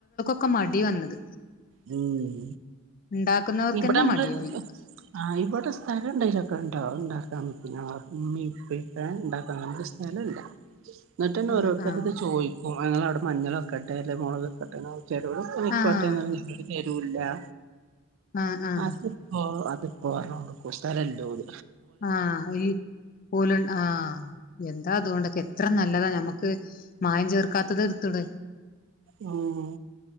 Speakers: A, on the left; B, on the right.
A: ക്കെ മടി വന്നത്.
B: ഉം.
A: ഇണ്ടാക്കുന്നവർക്കന്നെ
B: ഇവിടെ നമ്മള്
A: മടിയായി
B: ആ ഇവിടെ സ്ഥലം എന്തെലുംക്കെണ്ട ഉണ്ടാക്കാം. <unintelligible> ഇമ്മീം ഇപ്പി <unintelligible> ന്നെട്ടേന്നെ
A: ആഹ്
B: ഓരോത്തരു
A: ആഹ്
B: ഇത് ചോദിക്കും അങ്ങളാ വടെ മഞ്ഞൾൊക്കെട്ടെ അല്ലെ മുളകൊക്കട്ടെ <unintelligible> ചേലോൽ പോയിക്കോട്ടെന്ന്
A: ആഹ്
B: പറിം ചേലോൽ തേര്ല്ല
A: ആഹ് ആഹ്
B: <unintelligible> <unintelligible> സ്ഥലല്ലോൽ
A: ആ ഈ <unintelligible> ആ എന്ത് എത്താതോണ്ടൊക്കെ എത്ര നല്ലതാ ഞമ്മക്ക് മായം ചേർക്കാത്തത് എടുത്തുടെ.
B: ഉം.